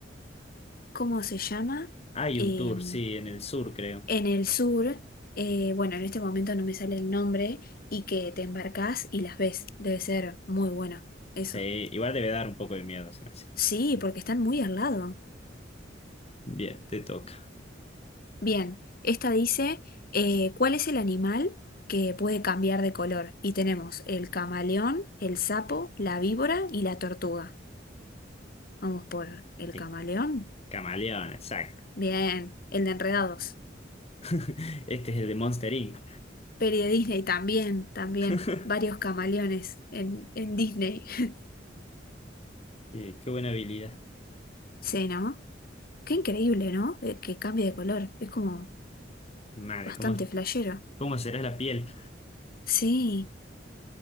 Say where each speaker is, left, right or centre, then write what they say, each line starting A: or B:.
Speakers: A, on the left; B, on the left.
A: ¿Cómo se llama?
B: Hay
A: Em,
B: un tour, sí, en el sur, creo.
A: en el sur, eh, bueno, en este momento no me sale el nombre, y que te embarcás y las ves. Debe ser muy bueno. Eso.
B: Sí, igual debe dar un poco de miedo, se me hace.
A: Sí, porque están muy al lado.
B: Bien, te toca.
A: Bien, esta dice, eh, ¿cuál es el animal que puede cambiar de color? Y tenemos el camaleón, el sapo, la víbora y la tortuga. Vamos por el
B: Eh,
A: camaleón.
B: Camaleón, exacto.
A: Bien, el de Enredados.
B: <laughs> Este es el de Monster Inc.
A: Peri de Disney también, también.
B: <laughs>
A: Varios camaleones en, en Disney. <laughs>
B: Eh, qué buena habilidad.
A: Sí, ¿no? Qué increíble, ¿no? Eh, que cambie de color. Es como
B: Madre,
A: bastante
B: ¿cómo,
A: flashero.
B: cómo será la piel?
A: Sí,